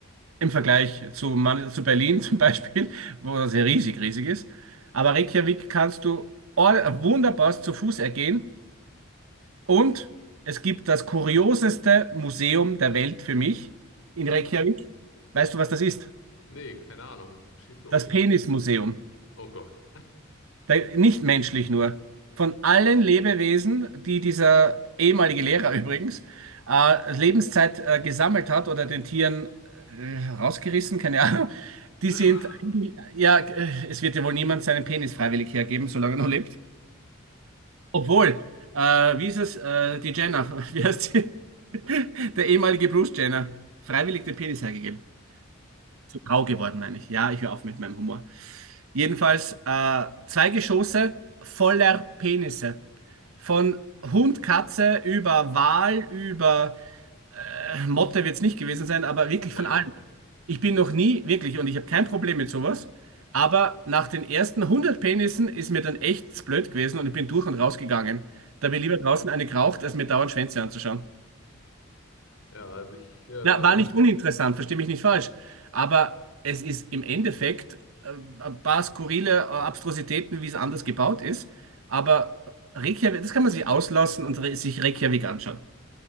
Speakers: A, on the right; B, on the left.
A: im Vergleich zu, Man zu Berlin zum Beispiel, <laughs> wo das ja riesig, riesig ist. Aber Reykjavik kannst du or- wunderbar zu Fuß ergehen und es gibt das kurioseste Museum der Welt für mich in Reykjavik. Weißt du, was das ist?
B: Nee, keine Ahnung. Schieß los.
A: Das Penismuseum.
B: Oh Gott.
A: Der, nicht menschlich nur. Von allen Lebewesen, die dieser ehemalige Lehrer <laughs> übrigens äh, Lebenszeit äh, gesammelt hat oder den Tieren äh, rausgerissen, keine Ahnung,
B: <laughs>
A: die sind, einge- ja, äh, es wird ja wohl niemand seinen Penis freiwillig hergeben, solange er noch lebt. Obwohl, äh, wie ist es, äh, die Jenner, <laughs> wie heißt sie? Der ehemalige Bruce Jenner, freiwillig den Penis hergegeben zu grau geworden, meine ich. Ja, ich höre auf mit meinem Humor. Jedenfalls äh, zwei Geschosse voller Penisse. Von Hund, Katze über Wal, über äh, Motte wird es nicht gewesen sein, aber wirklich
B: Oh mein
A: von allem.
B: Gott.
A: Ich bin noch nie, wirklich, und ich habe kein Problem mit sowas, aber nach den ersten hundert Penissen ist mir dann echt blöd gewesen und ich bin durch und rausgegangen. Da habe ich lieber draußen eine geraucht, als mir dauernd Schwänze anzuschauen.
B: Ja, also ich, äh,
A: Na, war nicht uninteressant, verstehe mich nicht falsch. Aber es ist im Endeffekt äh, ein paar skurrile äh, Abstrusitäten, wie es anders gebaut ist. Aber Reykjavik, das kann man sich auslassen und re sich Reykjavik anschauen.